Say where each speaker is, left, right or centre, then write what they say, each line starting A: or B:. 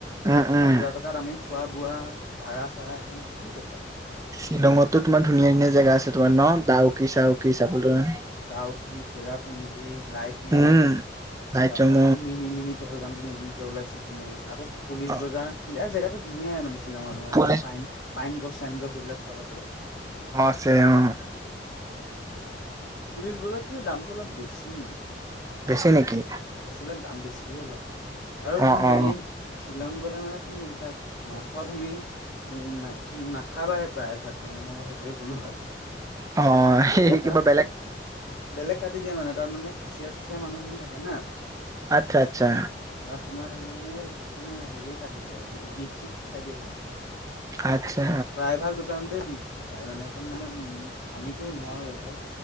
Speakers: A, on the right; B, on the left.
A: উম
B: বাকী
A: উম
B: সাত হাজাৰ টকাত আমি খোৱা বোৱা, ভাড়া চাড়া‌ সেইখিনিতে হৈ যাব আৰু।
A: শ্বিলঙতো তোমাৰ ধুনীয়া ধুনীয়া জেগা আছে, তোমাৰ ন, ডাউকি চাউকি চাবলৈ।
B: ডাউকী, চেৰাপুঞ্জী, লাইটলুম।
A: উম লাইটৰুম
B: তাৰ পৰা এই মিনি মিনি পেহেলগামটো নতুনকে ওলাইছে, ধুনীয়া আকৌ পুলিচ
A: অ
B: বজাৰ এ জেগাত ধুনীয়াই মানে শিলঙৰ তোমাৰ।
A: পুলিচ
B: পাইন পাইন গছ, চাইন গছ, এইবিলাক চব আছে।
A: অ আছে অ'।
B: পুলিচ বজাৰ খনত দামটো অলপ বেছি।
A: বেছি নেকি
B: বস্তুবিলাক দাম বেছি অলপ। আৰু
A: অ
B: তুমি হেৰি
A: অ
B: শ্বিলং গলে মানে তুমি এইবিলাক মাংস তুমি না নাখাবাই প্ৰায় ভাগ মানে মই সেইটোৱে ক'লো আৰু।
A: অ সেই
B: এই
A: কিবা
B: তাত
A: বেলেগ
B: বেলেগ কাটি দিয়ে মানে, তাত মানে খাচিয়া-চাচিয়া মানুহখিনি থাকে না।
A: আচ্ছা আচ্ছা।
B: তাত তোমাৰ ধৰি লোৱা মানে য়ে মানে হেৰিয়ে কাটি দিয়ে আৰু মানে বিফ চিভ খাই দিয়ে সিহঁতে।
A: আচ্ছা
B: প্ৰায় ভাগ দোকানতে বিফ পায় মানে, মানে উ আমিতো নোৱাৰো এ ভাই।